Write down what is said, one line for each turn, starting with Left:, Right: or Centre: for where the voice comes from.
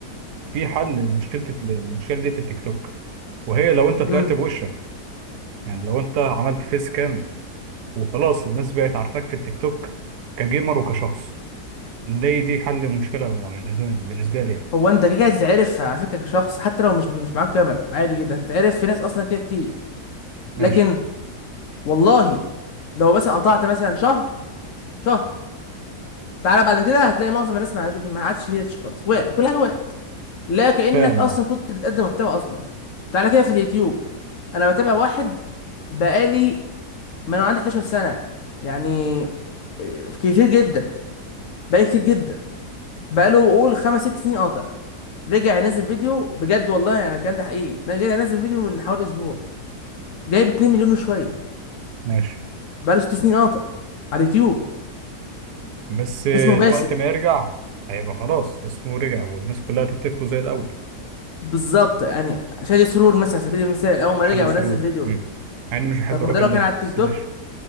Right: في حل لمشكلة المشكلة دي في التيك توك وهي لو انت طلعت
Left: امم
Right: بوشك يعني لو انت عملت فيس كام وخلاص الناس بقت عارفاك في التيك توك كجيمر وكشخص دي دي حل مشكلة بالنسبة بالنسبة لي يعني
Left: هو انت كده كده هتتعرف على فكرة كشخص حتى لو مش مش معاك كاميرا عادي جدا هتتعرف في ناس اصلا كده كتير
Right: ماشي
Left: لكن والله لو مثلا قطعت مثلا شهر شهر تعالى بعد كده هتلاقي معظم الناس ما عادش ما عادش فيه ريتش خالص وقع كل حاجة وقعت لا كأنك
Right: فاهم
Left: اصلا
Right: اه
Left: كنت بتقدم محتوى اصلا تعالى كده في اليوتيوب انا بتابع واحد بقالي ما انا عندي 11 سنة يعني آه، كتير جدا بقالي كتير جدا بقاله قول خمس ست سنين قاطع رجع ينزل فيديو بجد والله يعني الكلام ده حقيقي انا رجع ينزل فيديو من حوالي اسبوع جايب 2 مليون وشويه
Right: ماشي
Left: بقاله ست سنين قاطع على اليوتيوب
Right: بس آه،
Left: اسمه باسل
Right: وقت ما يرجع هيبقى خلاص اسمه رجع والناس كلها هتفتكره زي الأول
Left: بالظبط يعني شادي سرور مثلا على سبيل المثال اول ما
Right: شادي
Left: رجع
Right: سرورة
Left: ونزل فيديو
Right: مم. مع إني مش بحب
Left: طب ما
Right: الراجل
Left: ده لو كان
Right: ده
Left: على التيك
Right: بس
Left: توك
Right: ماشي